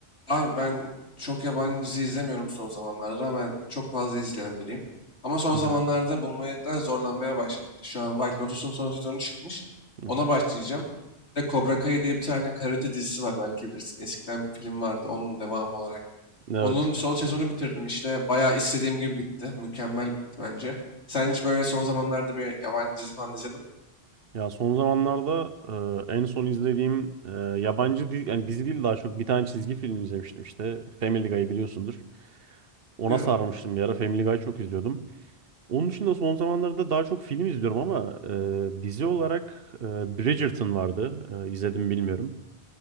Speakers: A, on the left; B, on the right.
A: Abi ben çok yabancı dizi izlemiyorum son zamanlarda. Ben çok fazla izleyen biriyim. Ama son
B: Hı
A: zamanlarda
B: hı,
A: bulmakta zorlanmaya başladım. İşte Şu an White Lotus'un son sezonu çıkmış.
B: hı
A: Ona
B: hı.
A: başlayacağım. Bir de Cobra Kai diye bir tane karate dizisi var belki bilirsin. Eskiden bir film vardı onun devamı olarak.
B: Evet.
A: Onun son sezonu bitirdim işte. Bayağı istediğim gibi bitti. Mükemmel bitti bence. Sen hiç böyle son zamanlarda bir yabancı dizi falan izledin mi?
B: Ya son zamanlarda e, en son izlediğim e, yabancı dizi, yani dizi değil daha çok bir tane çizgi film izlemiştim işte. Family Guy'ı biliyorsundur. Ona
A: Biliyorum.
B: sarmıştım bir ara. Family Guy çok izliyordum. Onun dışında son zamanlarda daha çok film izliyorum ama e, dizi olarak e, Bridgerton vardı. E, izledim bilmiyorum.